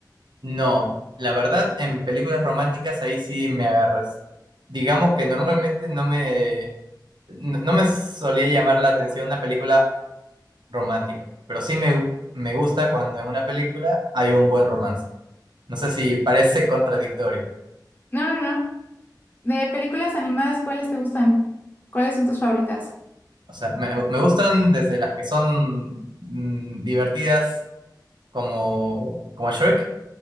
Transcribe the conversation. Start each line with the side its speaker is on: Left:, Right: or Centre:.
Right: No, la verdad, en películas románticas ahí sí me agarras. Digamos que normalmente no me, no, no me solía llamar la atención una película romántica, pero sí me, me gusta cuando en una película hay un buen romance. No sé si parece <laughs> contradictorio.
Left: No, no, no. De películas animadas, ¿cuáles te gustan? ¿Cuáles son tus favoritas?
Right: O sea, me, me gustan desde las que son mm, divertidas como, como Shrek,